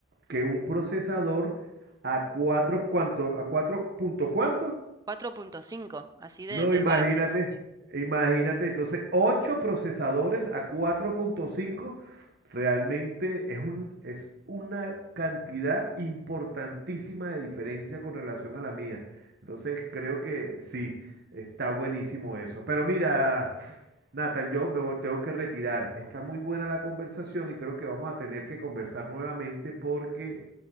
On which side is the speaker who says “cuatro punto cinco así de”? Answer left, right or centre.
Right